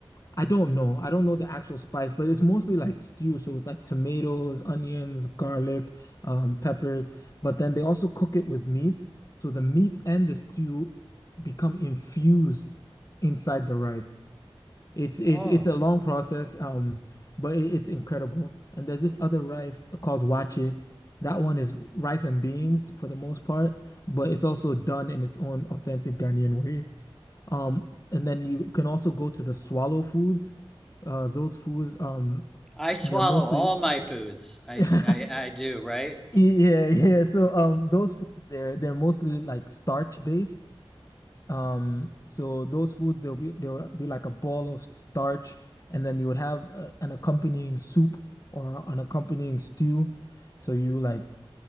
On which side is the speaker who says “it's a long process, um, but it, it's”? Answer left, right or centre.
Left